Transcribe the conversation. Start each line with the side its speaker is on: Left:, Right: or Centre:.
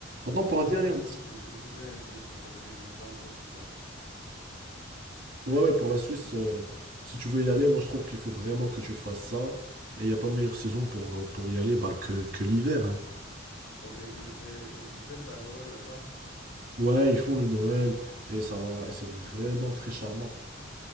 Right: Maintenant,
Left: Le
Right: pour
Left: ski
Right: la dernière.
Left: aussi, c'est c'est super intéressant parce que je n'ai pas encore fait ça.
Right: Ouais, ouais, pour la Suisse, euh, si tu veux y aller, moi je trouve qu'il faut vraiment que tu fasses ça. Et il n'y a pas meilleure saison pour, euh, pour y aller bah, que, que l'hiver. hein.
Left: Ok, il, et- et- il fête la Noël là-bas.
Right: Ouais, ils font le Noël et ça va, et c'est vraiment très charmant.